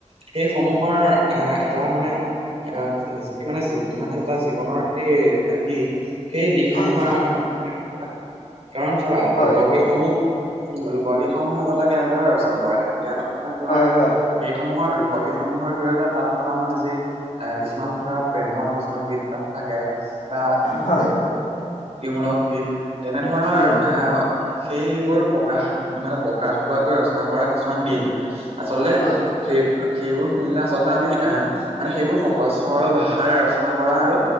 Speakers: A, on the right (about 55°); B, on the left (about 85°).
A: সেই সমূহৰ এ এটা মানে এয়া মানে মানে এটা জীৱনৰ সেই দিশ সেই দিশসমূহৰ
B: উম
A: <unintelligible> কাৰণ চাবা
B: হয়
A: লোকগীতসমূহ লোকগীতসমূহ আচলতে কেনেদৰে ৰচনা কৰা হয় তেওঁ মানে তোমাৰ
B: হয় হয়
A: সেই সমূহৰ লোকগীতসমূহৰ জৰিয়তে তাত থকা মানে যি এ কিছুমান ধৰা প্ৰেমৰ কিছুমান গীত তাত থাকে বা
B: হয়
A: মূলক গীত তেনেধৰণৰ
B: উম
A: এ সেইবোৰ প্ৰকাশ মানে প্ৰকাশ পোৱাকৈ ৰচনা কৰা কিছুমান গীত৷ আচলতে
B: হয়
A: সেইবোৰ-সেইবোৰ শুনিলে আচলতে আমি এ মানে সেইবোৰ সহজ সৰল ভাষাৰে ৰচনা কৰা আৰু